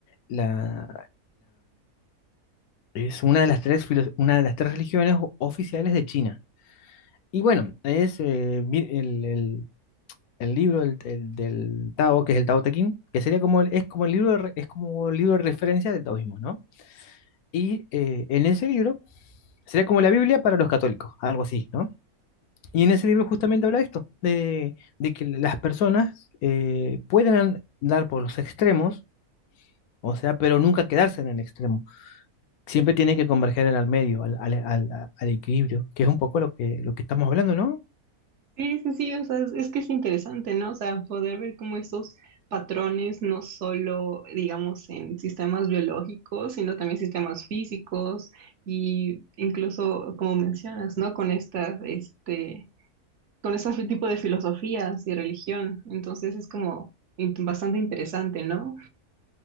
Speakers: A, on the left (about 75°); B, on the right (about 60°).
A: la, Es una de las tres, filo- una de las tres religiones o- oficiales de China. Y bueno, es eh, vi- el, el- el libro del, el- del Tao, que es el Tao Te Ching, que sería como, el- es como el libro de, re- es como el libro de referencia del taoísmo, ¿no? Y eh, en ese libro sería como la Biblia para los católicos, algo así, ¿no? Y en ese libro justamente habla de esto, de, de que las personas eh, pueden andar por los extremos, o sea, pero nunca quedarse en el extremo. Siempre tiene que converger en el medio, al, al- al- al equilibrio, que es un poco lo que, lo que estamos hablando, ¿no?
B: Sí, sí, sí, o sea, es, es que es interesante, ¿no? O sea, poder ver como estos patrones, no solo, digamos, en sistemas biológicos, sino también sistemas físicos y incluso, como mencionas, ¿no? Con estas, este... con ese tipo de filosofías y religión. Entonces es como in- bastante interesante, ¿no?